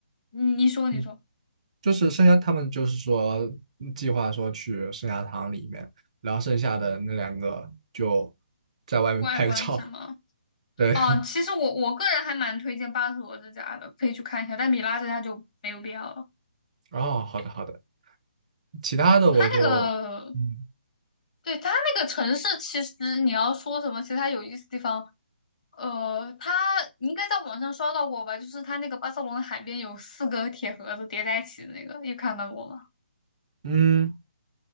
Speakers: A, on the left; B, on the right.
A: 你你说你说，
B: 嗯。就是剩下他们就是说嗯计划说去圣家堂里面，然后剩下的那两个就在外面拍个照。
A: 外观是吗？
B: 对，
A: 哦，
B: <laughs>
A: 其实我我个人还蛮推荐巴特罗之家的，可以去看一下，但米拉之家就没有必要了。
B: 哦，好的好的，其他的我就嗯
A: 它那个对，它那个城市，其实你要说什么，其实它有意思的地方，呃，它你应该在网上刷到过吧？就是它那个巴塞罗那海边有四个铁盒子叠在一起的那个，有看到过吗？
B: 嗯